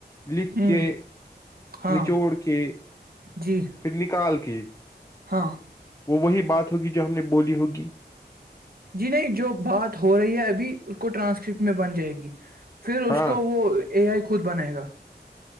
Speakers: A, on the left; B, on the right.
A: لکھ
B: ہوں
A: کے
B: ہاں
A: نچوڑ کے
B: جی
A: پھر نکال کے <unintelligible>
B: ہاں
A: وہ وہی بات ہوگی جو ہم نے بولی ہوگی
B: جی نہیں جو بات ہو رہی ہے ابھی اس کو ٹرانسکرپٹ میں بن جائے گی پھر اس
A: ہاں
B: کو وہ اے آئی خود بنائے گا